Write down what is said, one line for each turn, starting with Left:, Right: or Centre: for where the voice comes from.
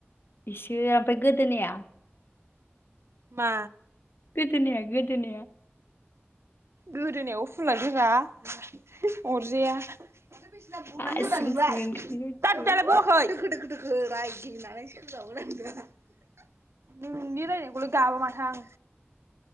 Left: इसे ओमफ्राय गोदोनाया
Right: मा
Left: गोदोनाया गोदोनाया
Right: गोदोनायाव फुना रोङा अरजायाजां <unintelligible>
Left: हा
Right: नोंलाय
Left: सिं सिं ओंखारो बिसोरो।
Right: बोराय गेलेनानै सोजावोनांदो नोंनि रायनायखौल' गाबा माथो आं